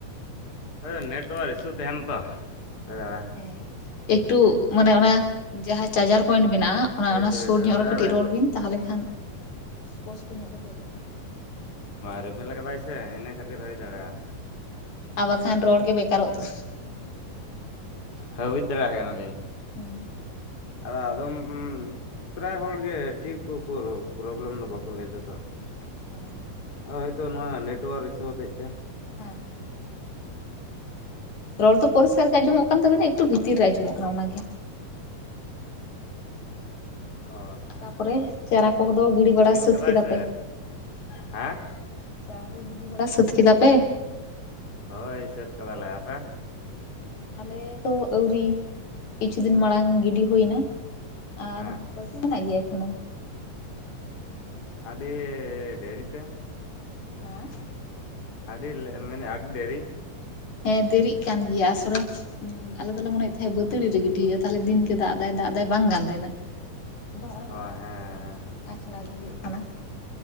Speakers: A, on the left; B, on the left.
A: ᱦᱳᱭ ᱱᱮᱴᱚᱣᱟᱨ ᱤᱥᱩ ᱛᱟᱦᱮᱱᱟ ᱛᱚ ᱦᱳᱭ ᱫᱟᱬ
B: ᱦᱮᱸ ᱮᱠᱴᱩ ᱢᱟᱱᱮ ᱚᱱᱟ ᱡᱟᱦᱟᱸ ᱪᱟᱨᱡᱟᱨ ᱯᱚᱭᱮᱱᱴ ᱢᱮᱱᱟᱜᱼᱟ ᱚᱱᱟ
A: ᱦᱳᱭ
B: ᱚᱱᱟ
A: ᱛᱚ
B: ᱥᱩᱨ
A: ᱦᱳᱭ
B: ᱧᱚᱜ
A: ᱫᱟᱲᱮ
B: ᱨᱮ ᱠᱟᱹᱴᱤᱡ ᱨᱚᱲ ᱵᱤᱱ ᱛᱟᱦᱚᱞᱮ ᱠᱷᱟᱱ ᱥᱯᱚᱥᱴᱚ ᱧᱚᱜ ᱠᱟᱹᱴᱤᱡ ᱟᱸᱡᱚᱢᱚᱜᱼᱟ
A: ᱨᱤᱵᱤᱞ ᱟᱠᱟᱫᱟᱭ ᱥᱮ ᱤᱱᱟᱹ ᱠᱷᱟᱹᱛᱤᱨ ᱦᱩᱭ ᱫᱟᱲᱮᱭᱟᱜᱼᱟ
B: ᱟᱵ ᱠᱷᱟᱱ ᱨᱚᱲ ᱜᱮ ᱵᱮᱠᱟᱨ ᱚᱛ <unintelligible>
A: ᱦᱟᱹᱵᱤᱫ ᱫᱟᱲᱮᱭᱟᱜ ᱠᱟᱱᱟᱞᱤᱧ
B: ᱦᱩᱸ
A: ᱟᱫᱚ ᱟᱫᱚᱢ ᱯᱨᱟᱭ ᱦᱚᱲ ᱜᱮᱮ ᱴᱷᱤᱠ ᱠᱚᱠᱚ ᱯᱨᱚᱵᱞᱮᱢ ᱫᱚ ᱵᱟᱠᱚ ᱞᱟᱹᱭ ᱫᱟᱛᱚ
B: ᱚ
A: ᱦᱳᱭᱛᱚ ᱱᱚᱣᱟ ᱱᱮᱴᱣᱟᱨᱠ ᱤᱥᱩ ᱦᱚᱛᱮᱫ ᱛᱮ
B: ᱦᱮᱸ ᱦᱮᱸ ᱨᱚᱲ ᱫᱚ ᱯᱚᱨᱤᱥᱠ ᱜᱮ ᱟᱸᱡᱚᱢᱚᱜ ᱠᱟᱱ ᱛᱟᱵᱮᱱᱟ ᱮᱠᱴᱩ ᱵᱷᱤᱛᱤᱨ ᱨᱮ ᱟᱸᱡᱚᱢᱚᱜ ᱠᱟᱱᱟ ᱚᱱᱟᱜ ᱜᱮ
A: ᱦ
B: ᱛᱟᱯᱚᱨᱮ ᱪᱟᱨᱟ ᱠᱚᱦ ᱫᱚ ᱜᱤᱲᱤ ᱵᱟᱲᱟ ᱥᱟᱹᱛ
A: ᱠᱟᱫᱟᱭ
B: ᱠᱮᱫᱟ
A: ᱥᱮ
B: ᱯᱮ
A: ᱦᱮᱸ
B: ᱪᱟᱨᱟ ᱠᱚ ᱜᱤᱰᱤ ᱵᱟᱲᱟ ᱥᱟᱹᱛ ᱠᱮᱫᱟ ᱯᱮ
A: ᱦᱳᱭ ᱥᱟᱹᱛ ᱠᱟᱫᱟ ᱞᱮ ᱟᱯᱮ
B: ᱟᱞᱮ ᱫᱚ ᱟᱣᱨᱤ ᱠᱤᱪᱷᱩ ᱫᱤᱱ ᱢᱟᱲᱟᱝ ᱜᱤᱰᱤ ᱦᱩᱭᱱᱟ ᱟᱨ
A: ᱦᱮᱸ
B: ᱵᱟᱹᱠᱤ ᱢᱮᱱᱟᱜ ᱜᱮᱭᱟ ᱮᱠᱷᱚᱱᱳ
A: ᱟᱹᱰᱤ ᱟᱹᱰᱤ ᱰᱮᱨᱤ ᱛᱮ
B: ᱦᱮᱸ
A: ᱟᱹᱰᱤ ᱢᱟᱱᱮ ᱟᱹᱰᱤ ᱰᱮᱨᱤ
B: ᱦᱮᱸ ᱫᱮᱨᱤᱜ ᱠᱟᱱ ᱜᱮᱭᱟ ᱟᱥᱚᱞᱮ ᱦᱮᱸ ᱟᱞᱮ ᱫᱚ ᱮ ᱢᱚᱱᱮᱭ ᱛᱟᱦᱮᱸᱱᱟ ᱵᱟᱹᱛᱟᱹᱲᱤ ᱨᱮ ᱜᱤᱰᱤ ᱦᱩᱭᱩᱜᱼᱟ ᱛᱟᱦᱞᱮ ᱫᱤᱱᱜᱮ ᱫᱟᱜ ᱫᱟᱜ ᱮᱟᱭ ᱵᱟᱝ ᱜᱟᱱ ᱞᱮᱱᱟ ᱟᱫᱚ ᱦᱚᱸᱜᱼᱚᱭ
A: ᱦᱳᱭ ᱦᱮᱸ
B: ᱟᱪᱷᱲᱟ ᱜᱮ ᱦᱩᱭᱩᱜ ᱠᱟᱱᱟ